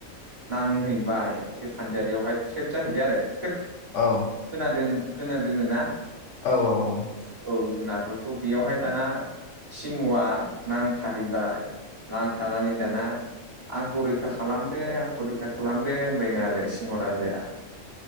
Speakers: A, on the right; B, on the left.
A: नांहैबाय बे फानजारियावहाय ट्रेब जाहैबाय आरो ट्रेब
B: औ।
A: खोनादों खोना दोनो ना।
B: औ औ औ।
A: औ जुनारफोरखौ बेयावहाय दाना सिंहआ नांथाहैबाय नांथानानै दाना आंखौ रैखा खालामदो आंखौ रैखा खालामदो होनबायनो आरो सिंह राजाया।